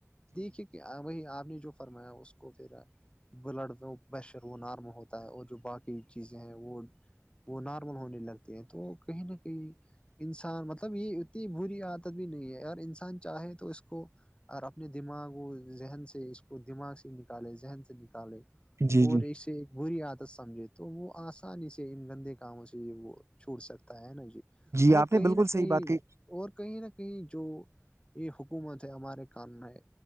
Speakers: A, on the left; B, on the right.
A: دیکھیے کہ وہی آپ نے جو فرمایا اس کو پھر بلڈ پریشر وہ نارمل ہوتا ہے اور جو باقی چیزیں ہیں وہ وہ نارمل ہونے لگتے ہیں تو کہیں نہ کہیں انسان مطلب یہ اتنی بری عادت بھی نہیں ہے اگر انسان چاہے تو اس کو اور اپنے دماغ و ذہن سے اس کو دماغ سے نکالے ذہن سے نکالے
B: جی
A: اور
B: جی
A: ایسے بری عادت سمجھے تو وہ آسانی سے ان گندے کاموں سے یہ وہ چھوڑ سکتا ہے نا جی
B: آپ
A: اور
B: نے
A: کہیں
B: بالکل
A: نہ
B: صحیح
A: کہیں
B: بات کہی
A: اور کہیں نہ کہیں جو یہ حکومت ہے ہمارے قانن ہے